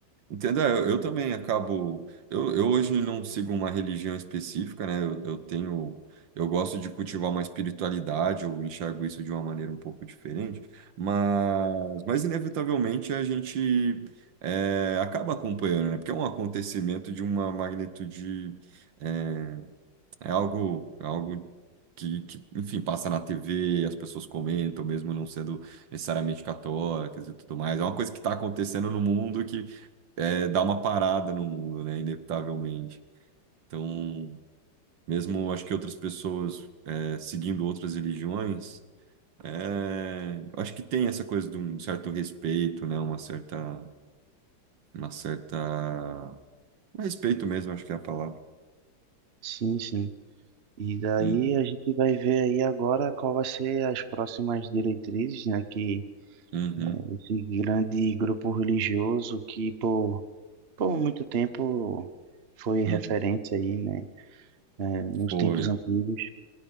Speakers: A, on the right (about 70°); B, on the right (about 40°).
A: Entendeu? É, eu, eu também acabo. Eu, eu hoje não sigo uma religião específica, né? Eu, eu tenho. Eu gosto de cultivar uma espiritualidade, eu enxergo isso de uma maneira um pouco diferente, mas, mas inevitavelmente a gente é, acaba acompanhando, né? Porque é um acontecimento de uma magnitude eh, é algo, é algo que, que, enfim, passa na TV, as pessoas comentam, mesmo não sendo necessariamente católicas e tudo mais. É uma coisa que está acontecendo no mundo que é, dá uma parada no mundo, né? Inevitavelmente. Então, mesmo acho que outras pessoas é, seguindo outras religiões, é, eu acho que tem essa coisa de um certo respeito, né? Uma certa, uma certa, um respeito mesmo, acho que é a palavra.
B: Sim, sim. E daí
A: Uhum,
B: a gente vai ver aí agora qual vai ser as próximas diretrizes, né, que
A: uhum,
B: esse grande grupo religioso que por, por muito tempo foi referência
A: uhum.
B: aí, né, eh, nos
A: Foi.
B: tempos antigos,